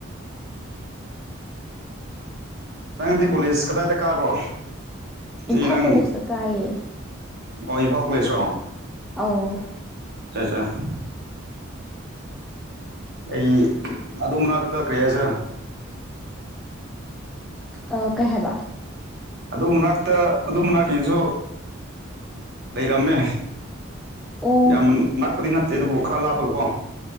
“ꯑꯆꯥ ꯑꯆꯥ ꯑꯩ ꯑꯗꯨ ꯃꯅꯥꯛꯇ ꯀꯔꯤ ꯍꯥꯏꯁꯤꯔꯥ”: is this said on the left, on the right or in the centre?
Right